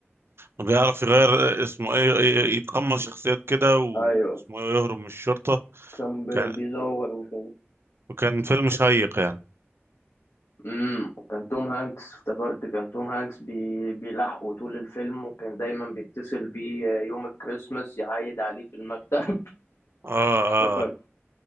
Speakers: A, on the right (about 65°); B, on the left (about 80°).
A: بيعرف يغير آه، اسمه ايه ي- يتقمص شخصيات كده واسمه
B: ايوه
A: ايه يهرب من الشرطة
B: كان بي-
A: كان
B: بيزور وكده
A: وكان فيلم شيق يعني
B: امم كان توم هانكس افتكرت كان توم هانكس بي... بيلاحقه طول الفيلم وكان دايما بيتصل بيه يوم الكريسماس يعايد عليه في المكتب
A: اه
B: <laughs> افتكرت
A: اه